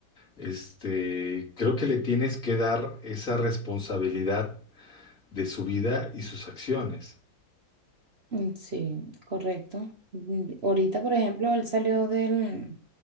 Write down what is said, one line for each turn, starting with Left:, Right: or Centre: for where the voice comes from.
Left: este, creo que le tienes que dar esa responsabilidad de su vida y sus acciones.
Right: Mm, Sí, correcto. Mm, Ahorita, por ejemplo, él salió del,